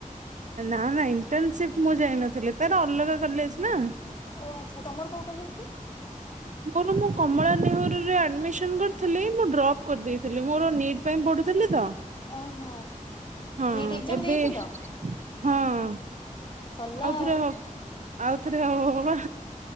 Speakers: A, on the right; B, on the left.
A: ନା ନା ଇଣ୍ଟନ୍ ସିପ୍ ମୁଁ ଯାଇ ନଥିଲି ତାର ଅଲଗା କଲେଜ୍ ନା।
B: ଓ ଆଚ୍ଛା ତମର କୋଉ କଲେଜ୍ କି?
A: ମୋର ମୁଁ କମଳା ନେହୁରୁରେ ଆଡ୍ମିସନ୍ କର ଥିଲି ମୁଁ ଡ୍ରପ୍ କର୍ଦେଇଥିଲି ମୋର ନିଟ୍ ପାଇଁ ପଢ଼ୁଥିଲି ତ
B: ଓହ
A: ହଁ
B: ନିଟ୍ ଏକ୍ଜାମ
A: ଏବେ
B: ଦେଇଥିଲ।
A: ହଁ
B: ସରିଲା
A: ଆଉଥରେ
B: ଆଉ
A: ହ ଆଉଥରେ ହଅ ବା